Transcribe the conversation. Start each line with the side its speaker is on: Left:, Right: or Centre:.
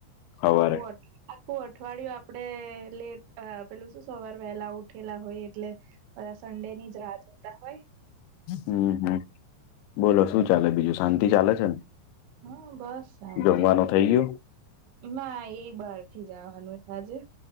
Left: સવારે
Right: આખું અઠ- આખું અઠવાડિયું આપડે લેટ અ પેલું શું સવાર વહેલા ઊઠ ઉઠેલા હોય એટલે બધા સન્ડે ની જ રાહ જોતા હોય
Left: હમ્મ હમ્મ બોલો શું ચાલે બીજું શાંતિ ચાલે છે ને
Right: હ બસ શાંતિ
Left: જમવાનું થઈ ગયું
Right: ના એ બાર થી જવાનું આજે